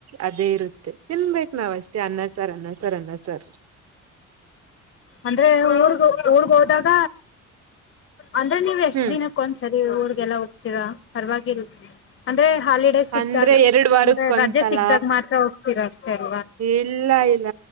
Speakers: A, on the right; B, on the left.
A: ಅದೇ ಇರುತ್ತೆ ತಿನ್ಬೇಕಕ್ ನಾವ್ ಅಷ್ಟೇ ಅನ್ನಸಾರ್ ಅನ್ನಸರ್ ಅನ್ನಸರ್.
B: ಅಂದ್ರೆ ಊರ್ಗ ಊರ್ಗ್ ಹೋದಾಗ. ಅಂದ್ರೆ ನೀವ್ ಎಷ್ಟ್
A: ಹ್ಮ್
B: ದಿನಕ್ಕ ಒಂದ್ ಸರಿ ಊರ್ಗೆಲ್ಲ ಹೋಗ್ತೀರ ಪರವಾಗಿರ್ತ್ತ ಅಂದ್ರೆ. ಹಾಲಿಡೇ ಸಿಕ್ದಾಗ
A: ಅಂದ್ರೆ ಎರಡ್ ವಾರಕ್ಕ
B: ಅಂದ್ರೆ
A: ಒಂದ್ಸಲ
B: ರಜೆ ಸಿಗ್ದಾಗ ಮಾತ್ರ ಹೋಗ್ತೀರ ಅಷ್ಟೇ ಅಲ್ವಾ
A: ಇಲ್ಲ ಇಲ್ಲ